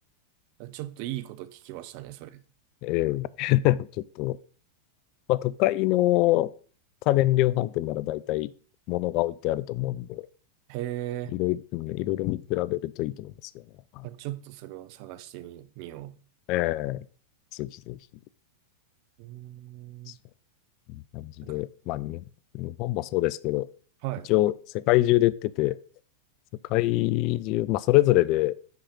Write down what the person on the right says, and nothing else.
あちょっといいこと聞きましたね、それ。
へえ。
あ、ちょっとそれを探してみ、みよ
う。うー
ん。
なんか、
はい。